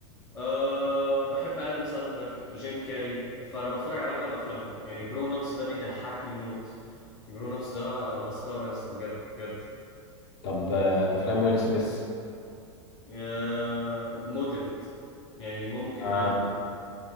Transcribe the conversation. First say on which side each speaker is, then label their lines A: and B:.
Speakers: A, on the left; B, on the left.
A: أه بحب آدم ساندلر جيم كاري فأنا بتفرج على أغلب أفلامهم يعني جرون أبس ده بيضحكني موت جرون أبس ده مسخرة يا اسطى بجد بجد
B: طب آه، افلام ويل سميث
A: أه مودريت يعني ممكن
B: اه
A: وممكن